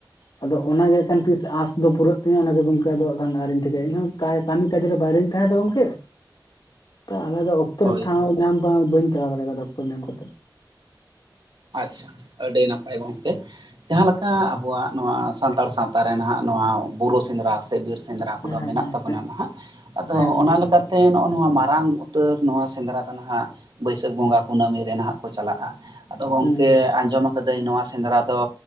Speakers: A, on the left; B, on the right.
A: ᱟᱫᱚ ᱚᱱᱟ ᱜᱮ ᱮᱠᱷᱟᱱ ᱛᱤᱥ ᱟᱥ ᱫᱚ ᱯᱩᱨᱟᱹᱜ ᱛᱤᱧᱟᱹ ᱚᱱᱟᱜᱮ ᱜᱚᱝᱠᱮ ᱟᱫᱚ ᱟᱠᱷᱟᱱ ᱟᱹᱣᱨᱤᱧ ᱴᱤᱠᱟᱹᱭᱟ ᱤᱧ ᱦᱚᱸ ᱠᱟᱭ ᱠᱟᱹᱢᱤ ᱠᱟᱡ ᱨᱮ ᱵᱟᱭᱨᱤᱧ ᱛᱟᱦᱮᱸᱱᱟ ᱛᱚ ᱜᱚᱢᱠᱮ ᱛᱚ ᱟᱞᱮ ᱫᱚ ᱚᱠᱛᱚ
B: ᱦᱳᱭ
A: ᱨᱮ ᱴᱷᱟᱶ
B: ᱜᱚᱝᱠᱮ
A: ᱧᱟᱢ ᱵᱟᱝ ᱵᱟᱹᱧ ᱪᱟᱞᱟᱣ ᱫᱟᱲᱮ ᱠᱟᱣᱟ ᱚᱠᱛᱚ ᱧᱟᱢ ᱠᱟᱛᱮᱫ᱾
B: ᱟᱪᱪᱷᱟ ᱟᱹᱰᱤ ᱱᱟᱯᱟᱭ ᱜᱚᱝᱠᱮ᱾ ᱡᱟᱦᱟᱸ ᱞᱮᱠᱟ ᱟᱵᱚᱣᱟᱜ ᱱᱚᱣᱟ ᱥᱟᱱᱛᱟᱲ ᱥᱟᱶᱛᱟ ᱨᱮ ᱱᱟᱦᱟᱜ ᱱᱚᱣᱟ ᱵᱳᱨᱳ ᱥᱮᱸᱫᱽᱨᱟ ᱥᱮ ᱵᱤᱨ ᱥᱮᱸᱫᱽᱨᱟ ᱠᱚᱫᱚ
A: ᱦᱮᱸ
B: ᱢᱮᱱᱟᱜ
A: ᱦᱮᱸ
B: ᱛᱟᱵᱚᱱᱟ ᱱᱟᱦᱟᱜ ᱟᱫᱚ
A: ᱦᱮᱸ ᱜᱚᱢᱠᱮ
B: ᱚᱱᱟ ᱞᱮᱠᱟ ᱛᱮ ᱱᱚᱜᱼᱚ ᱱᱚᱣᱟ ᱢᱟᱨᱟᱝ ᱩᱛᱟᱹᱨ ᱱᱚᱣᱟ ᱥᱮᱸᱫᱽᱨᱟ ᱫᱚ ᱱᱟᱦᱟᱜ ᱵᱟᱹᱭᱥᱟᱹᱠᱷ ᱵᱚᱸᱜᱟ ᱠᱩᱱᱟᱹᱢᱤ ᱨᱮ ᱱᱟᱦᱟᱜ ᱠᱚ ᱪᱟᱞᱟᱜᱼᱟ᱾ ᱟᱫᱚ ᱜᱚᱝᱠᱮ
A: ᱦᱩᱸ
B: ᱟᱸᱡᱚᱢ ᱟᱠᱟᱫᱟᱹᱧ ᱱᱚᱣᱟ ᱥᱮᱸᱫᱽᱨᱟ ᱫᱚ